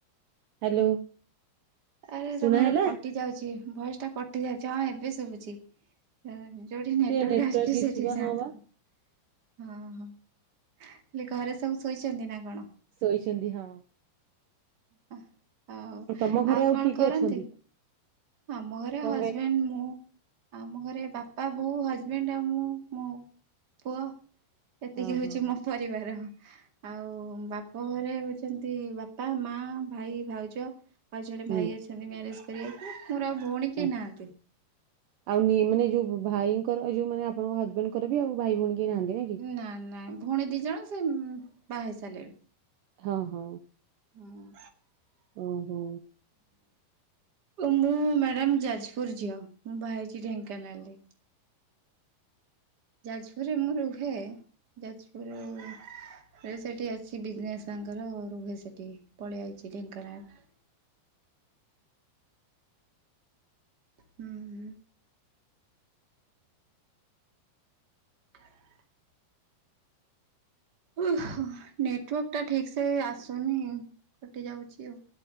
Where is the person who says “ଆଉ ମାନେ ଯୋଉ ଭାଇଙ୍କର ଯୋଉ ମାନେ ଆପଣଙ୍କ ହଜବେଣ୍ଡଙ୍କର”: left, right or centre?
Right